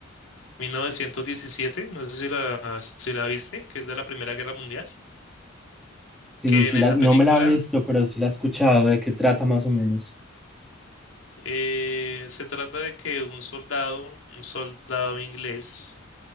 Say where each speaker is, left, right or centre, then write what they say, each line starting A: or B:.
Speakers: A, on the left; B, in the centre.
A: 1917, no sé si la, si la viste, que es de la Primera Guerra Mundial,
B: Sí,
A: que
B: sí,
A: en esa
B: la, no
A: película
B: me la he visto, pero sí la he escuchado, de qué trata más o menos.
A: Eh, se trata de que un soldado, un soldado inglés,